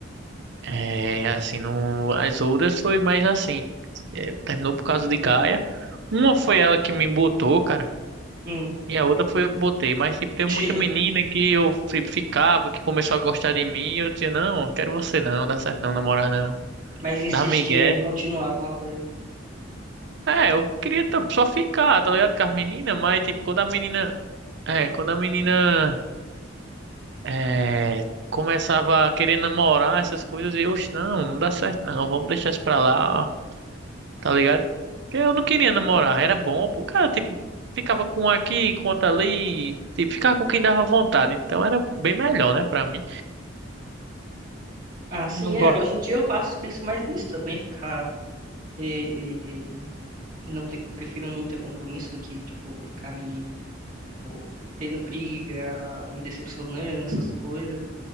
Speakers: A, on the right; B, on the right.
A: É, assim, não, as outras foi mais assim. É, terminou por causa de gaia. Uma foi ela que me botou, cara.
B: Hum.
A: E a outra foi eu que botei. Mas, tipo, teve
B: <laughs>
A: muita menina que eu fi- ficava, que começou a gostar de mim. E eu dizia, não, quero você não, não dá certo não, namorar não.
B: Mas insistia
A: Dá migué.
B: em continuar alguma coisa.
A: É, eu queria tá- só ficar, tá ligado? Com as meninas, mas, tipo, quando a menina... É, quando a menina... É... Começava a querer namorar essas coisas. E eu, "Oxe, não, não dá certo não. Vamos deixar isso pra lá, tá ligado? Porque eu não queria namorar. Era bom, pô. O cara, tipo, ficava com um aqui, com outro ali. Tipo, ficava com quem dava vontade. Então, era bem melhor, né, pra mim.
B: Ah, sim,
A: Não
B: é.
A: gosto.
B: Hoje em dia eu passo, penso mais nisso também, ficar e, não ter, prefiro não ter compromisso do que, tipo, ficar me, tipo, tendo briga, me decepcionando, essas coisas.